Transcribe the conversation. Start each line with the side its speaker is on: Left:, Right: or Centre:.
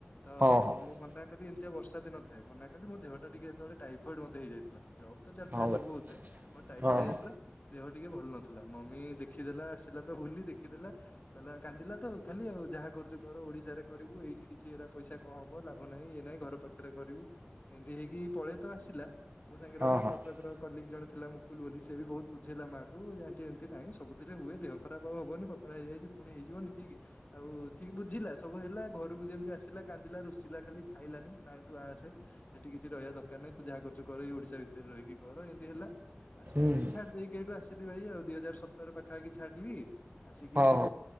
Left: ତ
Right: ହଁ ହଁ
Left: ମୁଁ ମନାକ କଲି ଏମିତିଆ ବର୍ଷା ଦିନ ଥାଏ ମନା କଲି ମୋ ଦେହଟା ଟିକେ ହେତେବେଳେ ଟାଇଫଏଡ଼ ମତେ ହେଇଯାଇଥିଲା ଜବ ଚାଲିଥାଏ
Right: ହଁ ଭାଇ
Left: ସବୁ ବୋଧେ ମୋର ଟାଇଫଏଡ
Right: ହଁ
Left: ହେଇଯାଇଥିଲା
Right: ହଁ
Left: ଦେହ ଟିକେ ଭଲ ନଥିଲା ମମି ଦେଖିଦେଲା ଆସିଲା ତ ବୁଲି ଦେଖ ଦେଖିଦେଲା କାନ୍ଦିଲା ତ ଖାଲି ଆଉ ଯାହା କରୁଛୁ କର ଓଡିଶାରେ କରିବୁ ଏଇଠି କିଛି ହେରା ପଇସା ହଁ ହବ ଲାଭ ନାହିଁ ଇଏ ନାଇଁ ଘର ପାଖରେ କରିବୁ ଏମିତି ହେଇକି ପଳେଇ ତ ଆସିଲା ମୋ ସାଙ୍ଗରେ
Right: ହଁ
Left: ଗୋଟେ
Right: ହଁ ହୁଁ
Left: କଟକର କଲିଙ୍ଗ ଜଣେ ଥିଲା କୁଲୁ ବୋଲି ସେି ବି ବହୁ ବୁଝେଇଲା ମାକୁ ଯେ ଆଣ୍ଟି ଏମିତି ନାହିଁ ସବୁଥିରେ ହୁଏ ଦେହ ଖରା ଆଉ ହବନି ପତଳା ହେଇଯାଇଛି ପୁଣି ହେଇଯିବନି ଠିକ ଆଉ ଠିକ ବୁଝିଲା ସବୁ ହେଲା ଘରକୁ ଯେମିତି ଆସିଲା କାନ୍ଦିଲା ରୁଷିଲା ଖାଲି ଖାଇଲାନି ନାଇଁ ତୁ ଆସେ ଏଠି କିଛି ରହିବା ଦରକାର ନାହିଁ ତୁ ଯାହା କରୁଛୁ କର ଏଇ ଓଡିଶା ଭିତରେ ରହିକି କର ଏମିତି ହେଲା ଆସିକି
Right: ହୁଁ
Left: ଛାଡି ଦେଇକି ଏଇଠୁ ଆସିଲି ଭାଇ ଆଉ ଦିଇ ହଜାର ସତର ପାଖାପାଖି ଛାଡିଲି ଆସିକି
Right: ହଁ
Left: ଏଇଠି
Right: ହଁ